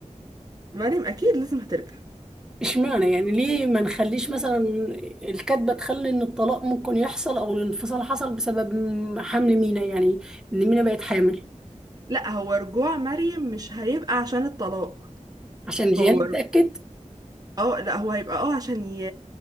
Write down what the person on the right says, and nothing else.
مريم أكيد لازم هترجع
لا هو رجوع مريم مش هيبقى عشان الطلاق
هو ر-
اه لا هو هيبقى اه عشان ي...